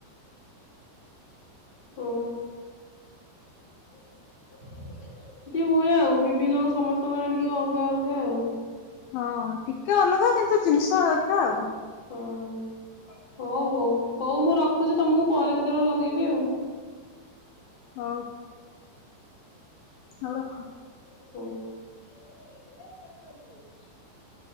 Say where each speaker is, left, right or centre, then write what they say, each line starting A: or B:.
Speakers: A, on the left (about 15°); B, on the left (about 85°).
A: ହୋଉ ଏମିତି ହୁଏ ଆଉ ବିଭିନ୍ନ ସମସ୍ତଙ୍କର ଟିକେ ଅଲଗା ଅଲଗା ଆଉ
B: ହଁ ଟିକେ ଅଲଗା କିନ୍ତୁ ଜିନିଷ ଏକା ଆଉ
A: ହୁଁ ହୋଉ ହୋଉ ହଉ ମୁଁ ରଖୁଛି ତମକୁ ପରେ କେତେବେଳେ ଲଗେଇବି ଆଉ
B: ହୋଉ। ହୋଉ ରଖ।
A: ହୋଉ।